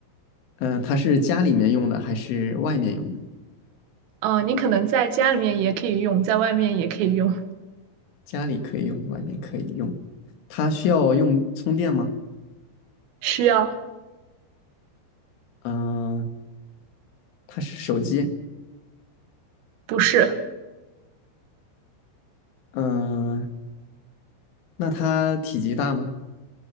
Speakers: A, on the left; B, on the right.
A: 嗯，它是家里面用的还是外面用的？
B: 呃，你可能在家里面也可以用，在外面也可以用，
A: 家里可以用，外面可以用。它需要用充电吗？
B: 需要，
A: 嗯、呃它是手机。
B: 不是，
A: 嗯、呃那它体积大吗？